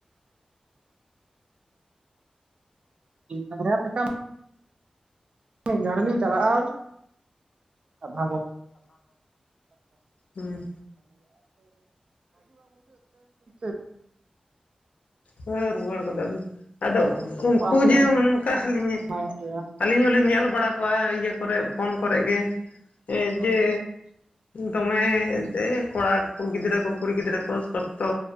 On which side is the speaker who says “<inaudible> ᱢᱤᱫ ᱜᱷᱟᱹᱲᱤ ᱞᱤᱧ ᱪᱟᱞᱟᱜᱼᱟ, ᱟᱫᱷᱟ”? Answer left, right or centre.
Right